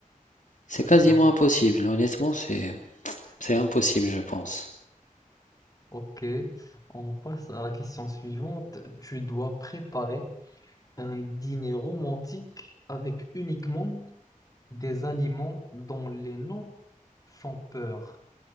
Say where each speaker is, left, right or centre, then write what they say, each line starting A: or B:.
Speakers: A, on the left (about 65°); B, on the left (about 25°).
A: C'est
B: exactement.
A: quasiment impossible. Honnêtement, c'est, c'est impossible, je pense.
B: Ok, on passe à la question suivante. Tu dois préparer un dîner romantique avec uniquement des aliments dont les noms font peur.